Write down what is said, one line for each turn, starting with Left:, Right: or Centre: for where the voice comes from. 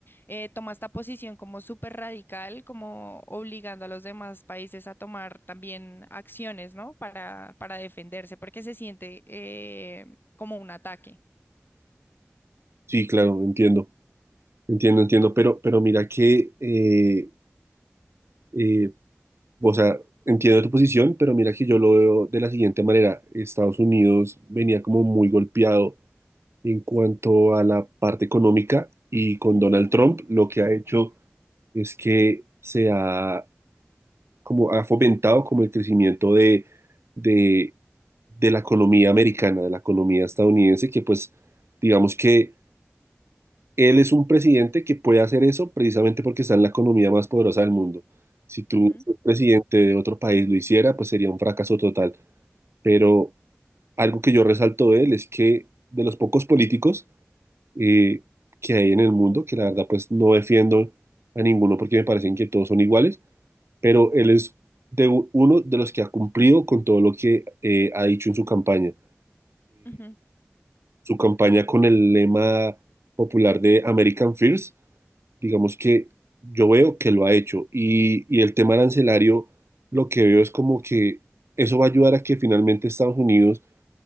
Left: eh, toma esta posición como súper radical, como obligando a los demás países a tomar también acciones, ¿no? Para, para defenderse porque se siente eh, como un ataque.
Right: Sí, claro, entiendo, entiendo, entiendo, pero, pero mira que, eh, eh, o sea, entiendo tu posición, pero mira que yo lo veo de la siguiente manera. Estados Unidos venía como muy golpeado en cuanto a la parte económica y con Donald Trump lo que ha hecho es que se ha como ha fomentado como el crecimiento de, de, de la economía americana, de la economía estadounidense, que pues digamos que él es un presidente que puede hacer eso precisamente porque está en la economía más poderosa del mundo. Si tú,
Left: Ujú,
Right: un presidente de otro país, lo hiciera, pues sería un fracaso total. Pero algo que yo resalto de él es que de los pocos políticos eh, que hay en el mundo, que la verdad pues no defiendo a ninguno porque me parecen que todos son iguales, pero él es de u- uno de los que ha cumplido con todo lo que eh, ha dicho en su campaña.
Left: ujú.
Right: Su campaña con el lema popular de American First, digamos que yo veo que lo ha hecho. Y, y el tema arancelario, lo que veo es como que eso va a ayudar a que finalmente Estados Unidos